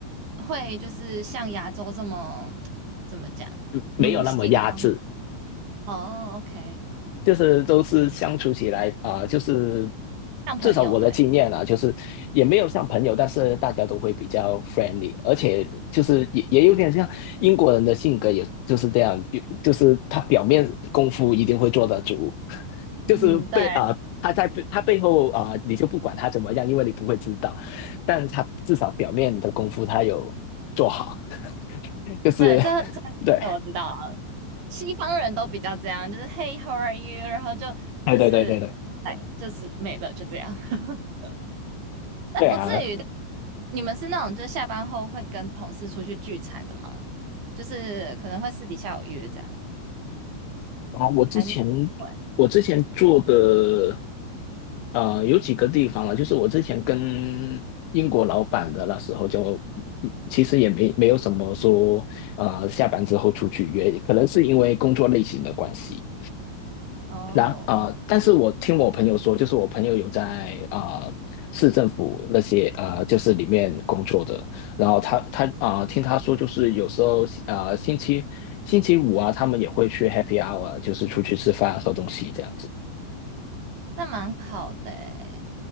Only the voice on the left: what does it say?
嗯没有那么压制。
就是都是相处起来啊、呃就是
至少我的经验啊，就是也没有像朋友，但是大家都会比较 friendly，而且就是也也有点像英国人的性格，也就是这样，就是他表面功夫一定会做得足，
就是背啊、
呃他在他背后啊、呃你就不管他怎么样，因为你不会知道，但他至少表面的功夫他有做好，就是
<laughs> 对，
哎，对对对对
对啊，
啊，我之前
我之前做的，呃，有几个地方啊，就是我之前跟英国老板的那时候就，嗯其实也没没有什么说，呃，下班之后出去约，可能是因为工作类型的关系。
然啊，但是我听我朋友说，就是我朋友有在啊、呃市政府那些啊，就是里面工作的，然后他他啊、呃听他说，就是有时候啊星期星期五啊，他们也会去 happy hour，就是出去吃饭喝东西这样子。